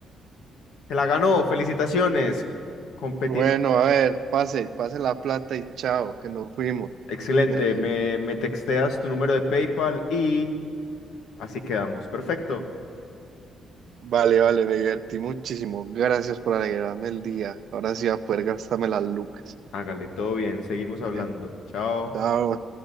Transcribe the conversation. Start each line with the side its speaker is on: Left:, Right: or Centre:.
Left: Se la ganó, felicitaciones. Competido.
Right: Bueno, a ver, pase, pase la plata y chao, que nos fuimos.
Left: Excelente.
Right: <laughs>
Left: Me, me texteas tu número de PayPal y así quedamos. Perfecto.
Right: Vale, vale, me divertí muchísimo. Gracias por alegrarme el día. Ahora sí voy a poder gastarme las lucas.
Left: Hágale, todo bien. Seguimos hablando.
Right: <laughs>
Left: Chao.
Right: Chao.